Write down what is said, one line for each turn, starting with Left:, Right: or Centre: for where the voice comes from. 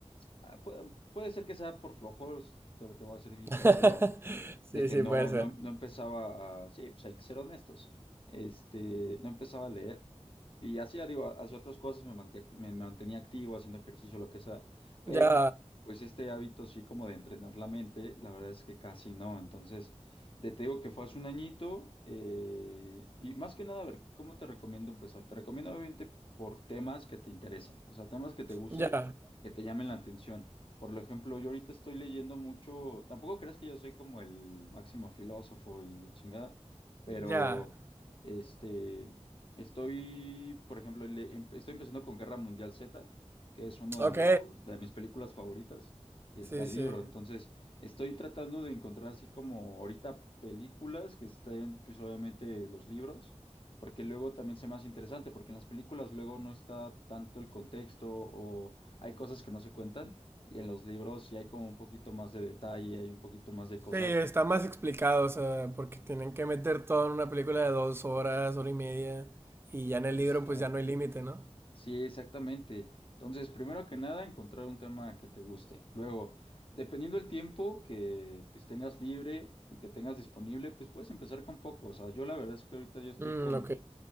Left: ah, puede, puede ser que sea por flojos, te, te voy a ser bien
Right: <laughs>
Left: sincero,
Right: Sí,
Left: de que
Right: sí,
Left: no,
Right: puede ser.
Left: no, no empezaba a, sí, pues hay que ser honestos, este, no empezaba a leer y hacía, digo, hacía otras cosas, me manté- me mantenía activo, haciendo ejercicio, lo que sea, pero
Right: Ya,
Left: pues este hábito sí como de entrenar la mente, la verdad es que casi no, entonces, de, te digo que fue hace un añito eh, y más que nada, a ver, ¿cómo te recomiendo empezar? Te recomiendo obviamente por temas que te interesen, o sea, temas que te gusten,
Right: ya,
Left: que te llamen la atención. Por lo ejemplo, yo ahorita estoy leyendo mucho, tampoco crees que yo soy como el máximo filósofo y la chingada, pero
Right: ya.
Left: este, estoy, por ejemplo, le- em- estoy empezando con Guerra Mundial Z, que es uno
Right: Ok,
Left: de los, de mis películas favoritas, y está
Right: sí,
Left: el
Right: sí.
Left: libro, entonces estoy tratando de encontrar así como ahorita películas que estén, pues obviamente los libros. Porque luego también se me hace interesante, porque en las películas luego no está tanto el contexto o hay cosas que no se cuentan. Y en los libros sí hay como un poquito más de detalle, hay un poquito más de cosas.
Right: Sí, está más explicado, o sea, porque tienen que meter todo en una película de dos horas, hora y media, y ya en el
Left: Exacto.
Right: libro pues ya no hay límite, ¿no?
Left: Sí, exactamente. Entonces, primero que nada, encontrar un tema que te guste. Luego, dependiendo del tiempo que pues tengas libre y que tengas disponible, pues puedes empezar con poco. O sea, yo la verdad es que ahorita yo estoy
Right: Mm,
Left: con
Right: ok.